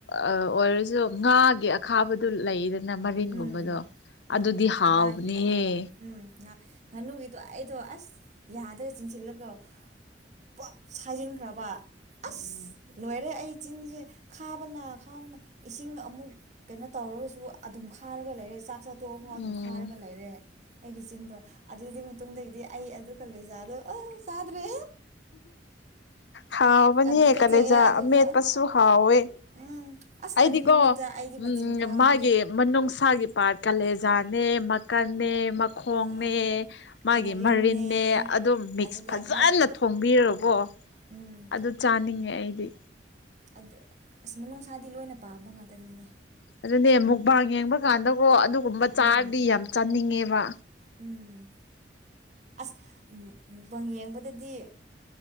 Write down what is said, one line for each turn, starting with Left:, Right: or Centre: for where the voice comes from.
Left: ꯑꯣꯏꯔꯁꯨ ꯉꯥꯒꯤ ꯑꯈꯥꯕꯗꯨ ꯂꯩꯔ ꯅ ꯃꯔꯤꯟꯒꯨꯝꯕꯗꯣ
Right: ꯎꯝ ꯎꯝ
Left: ꯑꯗꯨꯗꯤ ꯍꯥꯎꯕꯅꯦꯍꯦ
Right: ꯉꯥꯒꯤ ꯅꯠꯇꯕ ꯎꯝ ꯉ ꯉꯥꯅꯨꯒꯤꯗꯣ ꯑꯩꯗꯣ ꯑꯁ ꯌꯥꯗ ꯆꯤꯡꯁꯤꯜꯂꯒ ꯄꯞ ꯁꯥꯏꯖꯤꯟꯈ꯭ꯔꯕ ꯑꯁ
Left: ꯎꯝ
Right: ꯂꯣꯏꯔꯦ ꯑꯩ ꯆꯤꯟꯖꯦ ꯈꯥꯕꯅ ꯈꯥꯕꯅ ꯏꯁꯤꯡ ꯑꯃꯨꯛ ꯀꯩꯅꯣ ꯇꯧꯔꯒꯁꯨ ꯑꯗꯨꯝ ꯈꯥꯔꯒ ꯂꯩꯔꯦ ꯆꯥꯛ ꯆꯥ ꯇꯣꯛꯑꯐꯥꯎ ꯑꯗꯨꯝ
Left: ꯎꯝ
Right: ꯈꯥꯔꯒ ꯂꯩꯔꯦ ꯑꯩꯒꯤ ꯆꯤꯟꯗꯣ ꯑꯗꯨꯒꯤ ꯃꯇꯨꯡꯗꯒꯤꯗꯤ ꯑꯩ ꯑꯗꯨ ꯀꯂꯦꯖꯥꯗꯣ ꯑꯣ ꯆꯥꯗ꯭ꯔꯦ
Left: ꯍꯥꯎꯕꯅꯦ
Right: ꯌꯥꯝ ꯇꯨꯀꯠꯆꯩꯌꯦ
Left: ꯀꯥꯂꯦꯖꯥ
Right: ꯑꯗꯨꯗꯣ
Left: ꯑꯃꯦꯠꯄꯁꯨ ꯍꯥꯎꯋꯦ
Right: ꯎꯝ ꯑꯁ
Left: ꯑꯩꯗꯤꯀꯣ
Right: ꯑꯗꯨ ꯅꯨꯃꯤꯠꯇ ꯑꯩꯗꯤ
Left: ꯎꯝ
Right: ꯃꯆꯤꯟ ꯀꯥꯕꯅꯦ
Left: ꯃꯥꯒꯤ ꯃꯅꯨꯡꯁꯥꯒꯤ ꯄꯥꯔꯠ ꯀꯥꯂꯦꯖꯥꯅꯦ ꯃꯀꯟꯅꯦ ꯃꯈꯣꯡꯅꯦ
Right: ꯑꯥ
Left: ꯃꯥꯒꯤ
Right: ꯃꯔꯤꯟꯅꯦ
Left: ꯃꯔꯤꯟꯅ ꯑꯗꯨꯝ ꯃꯤꯛꯁ
Right: ꯑꯗꯨꯒ
Left: ꯐꯖꯅ
Right: ꯃꯥꯒꯤ
Left: ꯊꯣꯡꯕꯤꯔꯀꯣ
Right: ꯎꯝ
Left: ꯑꯗꯨ ꯆꯥꯅꯤꯡꯉꯦ ꯑꯩꯗꯤ
Right: ꯑꯗꯨ ꯑꯁ ꯃꯅꯨꯡꯅꯨꯡꯁꯥꯗꯤ ꯂꯣꯏꯅ ꯄꯥꯝꯕ ꯉꯥꯛꯇꯅꯤꯅꯦ
Left: ꯑꯗꯨꯅꯦ ꯃꯨꯛꯕꯥ ꯌꯦꯡꯕ ꯀꯥꯟꯗꯀꯣ ꯑꯗꯨꯒꯨꯝꯕ ꯆꯥꯔꯗꯤ
Right: ꯎꯝ
Left: ꯌꯥꯝ ꯆꯥꯅꯤꯡꯉꯦꯕ
Right: ꯎꯝ ꯑꯁ ꯃꯨꯛꯄꯪ ꯌꯦꯡꯕꯗꯗꯤ